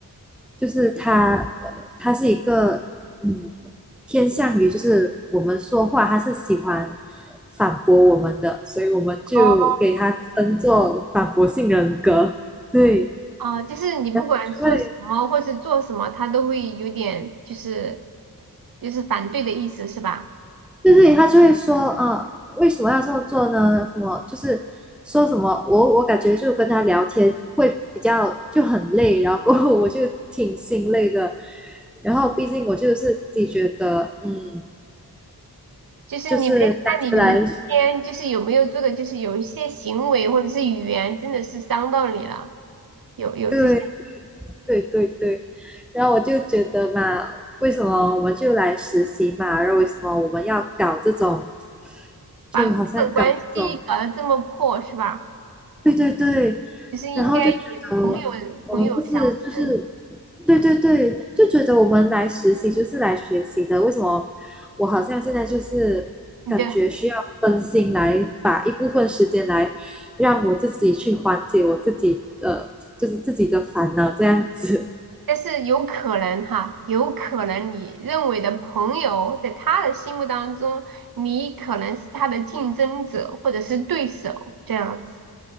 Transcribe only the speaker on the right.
哦
哦，就是你不管做什么或是做什么，
他都会有点就是就是反对的意思是吧？
就是你们，
那你们之间就是有没有做的，就是有一些行为或者是语言，真的是伤到你了？有有这些，
把这种关系搞得这么破，
是吧？
就是应该以朋友朋友相称，
你的，
但是有可能哈，有可能你认为的朋友，在他的心目当中，你可能是他的竞争者或者是对手，这样子，